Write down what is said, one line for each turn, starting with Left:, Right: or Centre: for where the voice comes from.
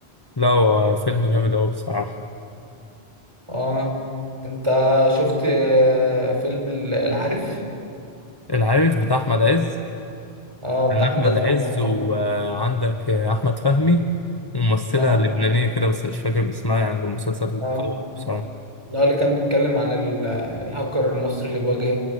Left: لا هو فيلم جامد أوي بصراحة
Right: اه انت شفت آه، فيلم ال- العارف
Left: العارف بتاع أحمد عز
Right: اه
Left: كان
Right: بتاع
Left: احمد
Right: احمد عز
Left: عز
Right: واحمد
Left: وعندك
Right: فهمي
Left: احمد فهمي وممثله
Right: اه
Left: لبنانيه كده بس مش فاكر اسمها يعني كان مسلسل قوي
Right: اه
Left: أوي بصراحه
Right: اللي هو اللي كان بيتكلم عن ال- الهاكر المصري اللي بيواجه